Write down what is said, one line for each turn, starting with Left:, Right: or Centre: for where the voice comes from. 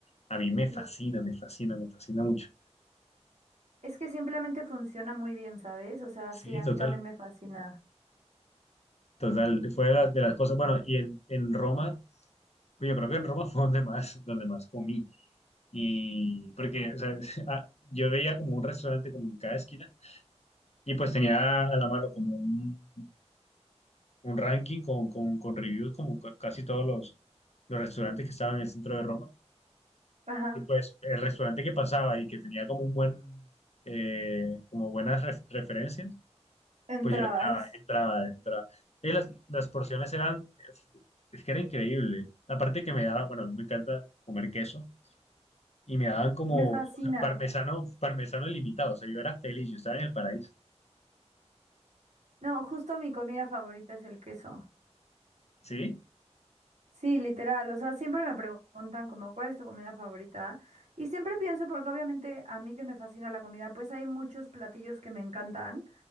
Left: a mí me fascina,
Right: Sí.
Left: me fascina, me fascina mucho.
Right: Es que simplemente funciona muy bien, ¿sabes? O sea,
Left: Sí,
Right: sí, a
Left: total,
Right: mí también me fascina.
Left: total, fue de las, de las cosas, bueno, y en, en Roma. Pues Yo creo que en Roma <laughs> fue donde más, donde más comí. Y porque, o sea, <laughs> a- yo veía como un restaurante como en cada esquina y pues tenía a la mano como un, un ranking con, con, con reviews como ca- casi todos los, los restaurantes que estaban en el centro de Roma.
Right: Ajá,
Left: Y pues el restaurante que pasaba y que tenía como un buen, eh, como buenas ref- referencias,
Right: entrabas.
Left: pues yo entraba, entraba, entraba. Y las, las porciones eran, eh, es que era increíble. Aparte que me daba, bueno, a mí me encanta comer queso. y me daban como
Right: Me fascina.
Left: parmesano, parmesano limitado. O sea, yo era feliz, yo estaba en el paraíso.
Right: No, justo mi comida favorita es el queso.
Left: ¿Sí?
Right: Sí, literal. O sea, siempre me preguntan como cuál es tu comida favorita. Y siempre pienso, porque obviamente a mí que me fascina la comida, pues hay muchos platillos que me encantan,